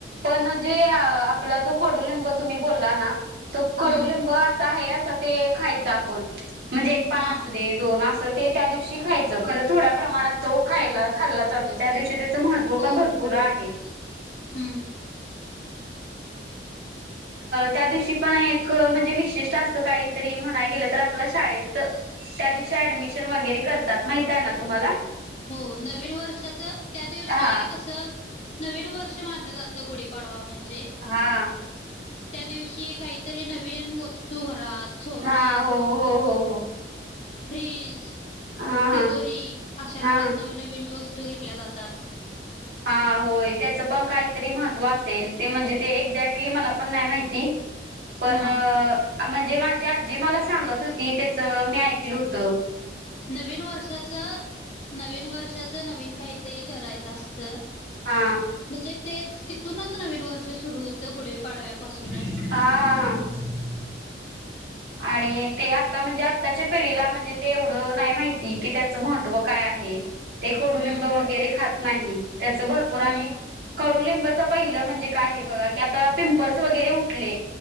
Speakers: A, on the right; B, on the left.
A: पण जे आपला जो कोडूलिंब तुम्ही बोलला ना त कडुलिंब
B: हम्म
A: असा आहे असं ते खायच आपण म्हणजे एक पान
B: हा
A: असू दे दोन अस ते त्या दिवशी खायच खर थोड्या प्रमाणात तो खायला खाल्ला जातो त्या दिवशी महत्त्व
B: होय
A: पण भरपूर आहे
B: हम्म
A: त्यादिवशी पण एक म्हणजे विशेषतः असं काहीतरी म्हणायला गेलं तर तर आपल्या शाळेत त्या दिवशी ऍडमिशन वगैरे करतात माहित आहे ना तुम्हाला
B: हो नवीन वर्षाच त्या दिवशी
A: हा
B: कस नवीन वर्ष मानलं जात गुडी पडवा म्हणजे
A: हा
B: त्या दिवशी काहीतरी नवीन वस्तू घरात सोनं
A: हा हो हो हो हो
B: फ्रीज
A: हा हा
B: तिजोरी अशा घरात
A: हा
B: नवी नवीन वस्तू वू घेतल्या जातात.
A: हा होय त्याचं पण काहीतरी महत्त्व असेल ते म्हणजे ते एक्झॅक्टली मला पण नाही माहिती पण
B: हा
A: आ म्ह जे माझी आजी मला सांगत होती त्याच मी ऐकल होत
B: नवीन वर्षाच नवीन वर्षाच नवीन काहीतरी करायचं असतं
A: हा
B: म्हणजे तेच तिथूनच नवीन वर्ष सुरू होत गुढी पाडव्यापासून
A: हा आणि ते आता म्हणजे आत्ताच्या पिढीला म्हणजे ते एवढं नाही माहिती की त्याचं महत्त्व काय डुब
B: हम्म
A: वरे खात नाही त्या भरपूरड
B: हम्म
A: पहि म्हणजे काय बा क आ पिंपल्स वगैरे उले